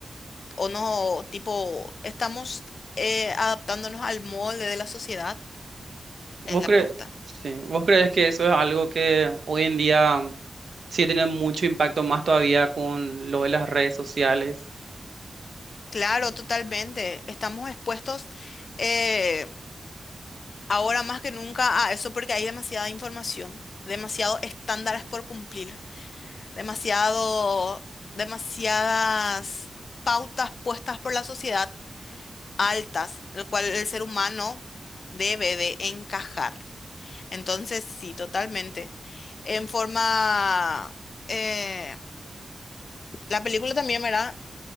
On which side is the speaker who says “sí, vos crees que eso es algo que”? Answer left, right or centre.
Right